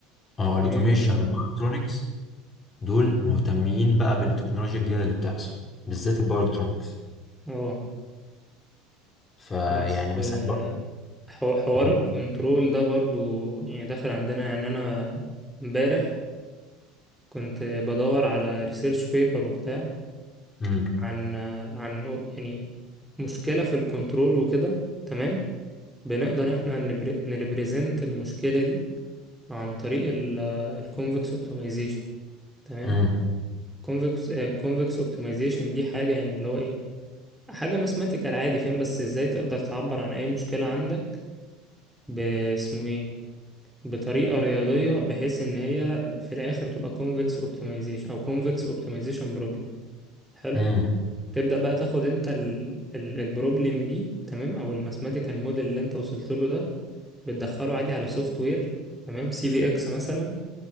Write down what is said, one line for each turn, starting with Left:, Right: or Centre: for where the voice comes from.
Left: اه الأوتوميشن
Centre: جامد والله
Left: والباركترونكس دول مهتمين بقى بالتكنولوجيا الجديدة اللي بتحصل بالذات الباور الكترونكس
Centre: اه
Left: فيعني
Centre: بس
Left: مثلا
Centre: آه،
Left: بقى
Centre: حو- حوار
Left: هو
Centre: الكنترول ده برضو يعني داخل عندنا يعني انا امبارح كنت بدور على ريسيرش بيبر وبتاع
Left: امم
Centre: عن عن يعني مشكلة في الكنترول وكده تمام بنقدر احنا نريبريزنت المشكلة دي عن طريق الكونفكس اوبتمايزيشن تمام
Left: امم
Centre: كونفكس كونفكس اوبتمايزيشن دي حاجة يعني اللي هو ايه حاجة ماثماتيكال عادي فاهم بس ازاي تقدر تعبر عن اي مشكلة عندك باسمه ايه بطريقة رياضية بحيث ان هي في الاخر تبقى كونفكس اوبتمايزيشن او كونفكس اوبتمايزيشن بروبلم حلو
Left: امم
Centre: تبدأ بقى تاخد انت ال- ال- البروبلم دي تمام او الماثماتيكال موديل اللي انت وصلت له ده بتدخله عادي على سوفت وير تمام سي في اكس مثلا